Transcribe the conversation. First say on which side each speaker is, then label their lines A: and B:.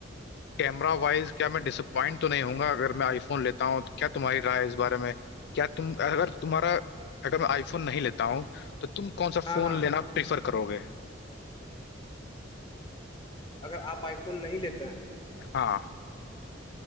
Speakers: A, on the left (about 60°); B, on the left (about 25°).
A: कैमरा वाइज क्या मैं डिसअपॉइंट तो नहीं होऊंगा अगर मैं आईफोन लेता हूँ तो क्या तुम्हारी राय है इस बारे में क्या तुम अगर तुम्हारा अगर मैं आईफोन नहीं लेता हूँ तो तुम कौन सा
B: हाँ
A: फोन
B: हाँ
A: लेना प्रिफर करोगे
B: अगर आप आईफोन नहीं लेते हैं
A: हाँ